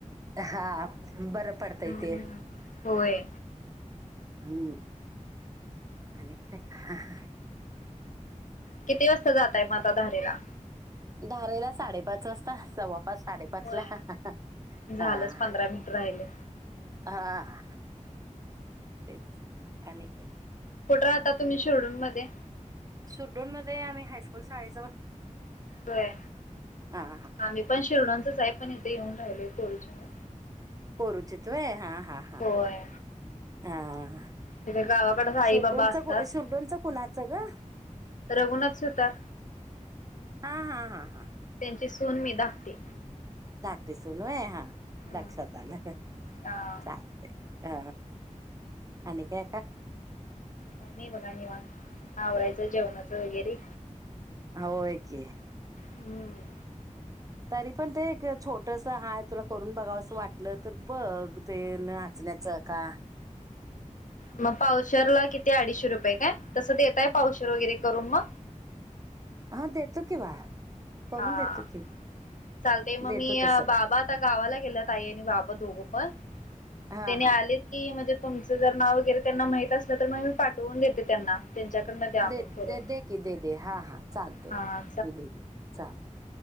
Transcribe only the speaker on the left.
हम्म
होय
किती वाजता जाताय म आता धारिला?
होय
झालंच पंधरा मिनिट राहिले
कुठं राहता तुम्ही शिरढोणमध्ये?
होय
आम्ही पण शिरढोणचच आहे पण इथं येऊन राहिलोय कोरोचीमध्ये.
होय
तिथे गावाकडे आई
बाबा असतात
रघुनाथ सुतार
ची सून मी धाकटी.
हम्म
हा
काय नाही बघा निवांत. आवरायचं जेवणाचं वगैरे.
हम्म.
मग पावशेरला किती अडीचशे रुपये काय तसं देताय पावशेर वगैरे करून मग?
हां
चालतंय मग
मी
बाबा आता गावाला गेल्यात आई आणि बाबा दोघं पण.
म त्यांनी
आलीत की म्हणजे तुमचं जर नाव वगैरे त्यांना माहित असलं तर मग मी पाठवून देते त्यांना. त्यांच्याकडनं द्या
मग करून
हा